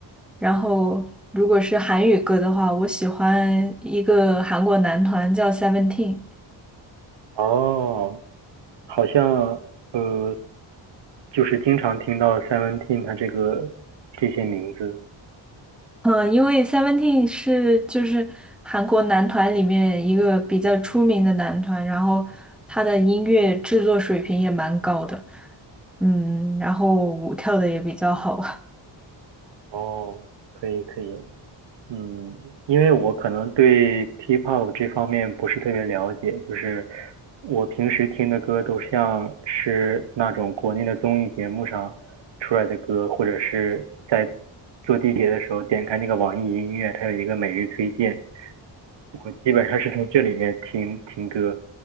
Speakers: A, in the centre; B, on the right.
A: 然后，如果是韩语歌的话，我喜欢一个韩国男团叫 Seventeen。
B: 哦，好像呃，就是经常听到 Seventeen 他这个这些名字。
A: 嗯，因为 Seventeen 是就是韩国男团里面一个比较出名的男团，然后他的音乐制作水平也蛮高的，嗯，然后舞跳的也比较好。
B: 哦，可以可以。嗯，因为我可能对 K-pop 这方面不是特别了解，就是我平时听的歌都像是那种国内的综艺节目上出来的歌，或者是在坐地铁的时候点开那个网易音乐，它有一个每日推荐，我基本上是从这里面听听歌。